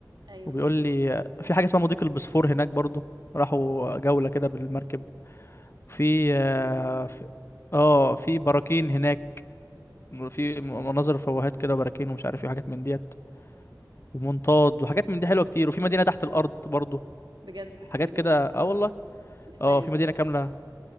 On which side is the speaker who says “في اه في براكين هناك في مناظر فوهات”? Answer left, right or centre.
Left